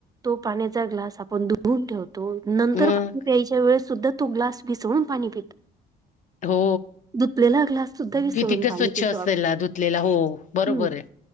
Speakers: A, on the right; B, on the left.
A: तो पाण्याचा ग्लास आपण ुधून ठेवतो तो नंतर
B: मग
A: पाणी प्यायच्या वेळेस सुद्धा तो ग्लास भसळून पाणी पितो
B: हो
A: दुपलेला ग्लास सुद्धा विसळून
B: किती का
A: पाणी
B: स्वच्छ
A: पितो
B: असेल
A: आपण
B: धुतलेला हो बरोबर
A: हम्म
B: आहे